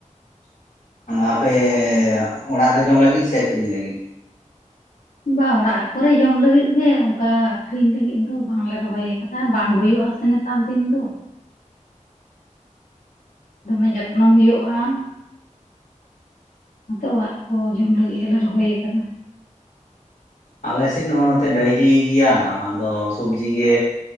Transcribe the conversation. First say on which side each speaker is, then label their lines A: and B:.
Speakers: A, on the left; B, on the left.
A: ᱟᱯᱮᱻ ᱚᱲᱟᱜ ᱨᱮ ᱡᱚᱢ ᱞᱟᱹᱜᱤᱫ ᱥᱮ ᱟᱹᱠᱷᱨᱤᱧ ᱞᱟᱹᱜᱤᱫ᱾
B: ᱵᱟᱝ ᱚᱲᱟᱜ ᱠᱚᱨᱮ ᱡᱚᱢ ᱞᱟᱹᱜᱤᱫ ᱜᱮ, ᱚᱱᱠᱟ ᱟᱹᱠᱷᱨᱤᱧ ᱞᱟᱹᱜᱤᱫ ᱫᱚ ᱵᱟᱝᱞᱮ ᱨᱚᱦᱚᱭ ᱠᱟᱫᱟ᱾ ᱟᱨ ᱵᱟᱝ ᱦᱩᱭᱩᱜ-ᱟ ᱥᱮ ᱱᱮᱛᱟᱨ ᱫᱤᱱ ᱫᱚ᱾ ᱫᱚᱢᱮ ᱡᱚᱛᱱᱚ ᱦᱳᱭᱳᱜ-ᱟ᱾ ᱚᱱᱟᱛᱮ ᱚᱲᱟᱜ ᱠᱚ ᱡᱚᱢ ᱞᱟᱹᱜᱤᱫ ᱜᱮᱞᱮ ᱨᱚᱦᱚᱭ ᱟᱠᱟᱫᱟ᱾
A: ᱟᱞᱮ ᱥᱮᱫ ᱦᱚᱸ ᱱᱚᱛᱮ ᱰᱟᱦᱤ ᱜᱮᱭᱟ ᱟᱫᱚ ᱥᱚᱵᱽᱡᱤ ᱜᱮᱻ᱾